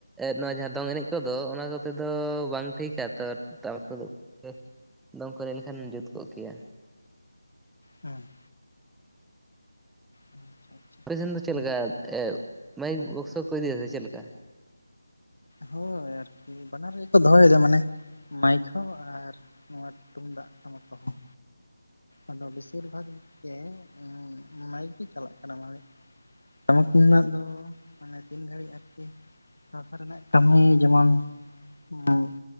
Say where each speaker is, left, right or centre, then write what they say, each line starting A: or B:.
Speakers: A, in the centre; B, on the left.
A: ᱱᱚᱣᱟ ᱡᱟᱦᱟᱸ ᱫᱚᱝ ᱮᱱᱮᱜ ᱠᱩᱫᱚ ᱚᱱᱟ ᱠᱚᱛᱮ ᱫᱚ ᱵᱟᱝ ᱴᱷᱤᱠᱟ ᱛᱚ, ᱴᱟᱢᱟᱠ ᱠᱚ ᱜᱚᱜ ᱠᱟᱛᱮᱜ ᱫᱚᱝ ᱠᱚ ᱮᱱᱮᱜ ᱞᱮᱱ ᱞᱮᱠᱷᱟᱱ ᱡᱩᱛ ᱠᱚᱜ ᱠᱮᱭᱟ᱾
B: ᱦᱮᱸ, ᱟᱪᱪᱷᱟ ᱟᱪᱪᱷᱟ
A: ᱟᱯᱮ ᱥᱮᱱ ᱫᱚ ᱪᱮᱫ ᱞᱮᱠᱟ ᱮ ᱢᱟᱭᱮᱠ ᱵᱚᱠᱥᱚ ᱠᱚ ᱤᱫᱤᱭᱟ ᱥᱮ ᱪᱮᱫ ᱞᱮᱠᱟ?
B: ᱦᱳᱭ ᱟᱨᱠᱤ ᱵᱟᱱᱟᱨ ᱨᱮᱜᱮ ᱠᱚ ᱫᱚᱦᱚᱭᱮᱫᱟ ᱢᱟᱱᱮ ᱢᱟᱭᱮᱠ ᱦᱚᱸ ᱟᱨ ᱱᱚᱭᱟ ᱛᱩᱢᱫᱟᱜ ᱴᱟᱢᱟᱠ ᱠᱚᱦᱚᱸ᱾ ᱟᱫᱚ ᱵᱮᱥᱤᱨ ᱵᱷᱟᱜᱽ ᱜᱮ ᱚᱸ ᱢᱟᱭᱤᱠ ᱜᱮ ᱪᱟᱞᱟᱜ ᱠᱟᱱᱟ ᱢᱟᱱᱮ ᱴᱟᱢᱟᱠ ᱛᱩᱢᱫᱟᱜ ᱫᱚ ᱢᱟᱱᱮ ᱛᱤᱱ ᱜᱷᱟᱹᱲᱤᱡ ᱦᱩᱸ ᱦᱟᱸᱠ <unintelligible> ᱨᱮᱱᱟᱜ ᱠᱟᱹᱢᱤ ᱡᱮᱢᱚᱱ ᱩᱸ